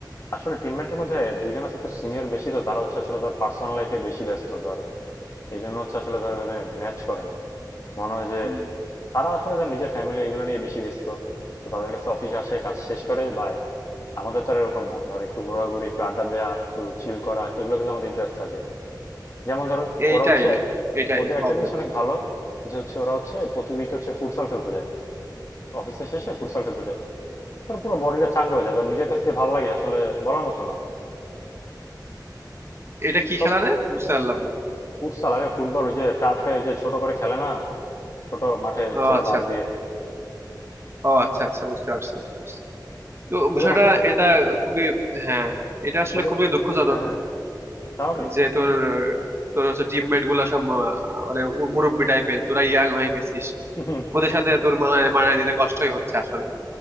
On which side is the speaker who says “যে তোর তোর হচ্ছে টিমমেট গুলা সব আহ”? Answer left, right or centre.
Right